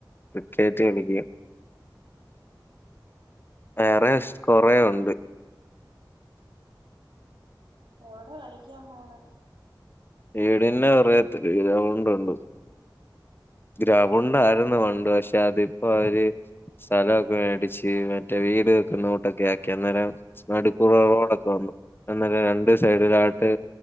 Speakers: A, on the left (about 25°); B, on the right (about 85°).
A: ക്രിക്കറ്റ് കളിക്കും. വേറെ
B: ഉം.
A: ശ് കൊറേ ഉണ്ട്.
B: എവ്ടെ കളിക്കാൻ പോണ്?
A: വീടിന്റെ അറയത്ത് ഗ്രൗണ്ടുണ്ട്. ഗ്രൗണ്ടാര്ന്നു
B: ഉം.
A: പണ്ട് പക്ഷേ അതിപ്പോ അവര്. സ്ഥലക്കെ വേടിച്ച് മറ്റേ വീട് വക്കുന്നകൂട്ടൊക്കെ ആക്കി അന്നേരം. നട്ക്കൂടെ റോഡക്ക വന്നു ഒന്നല്ല രണ്ട് സൈഡിലായിട്ട്.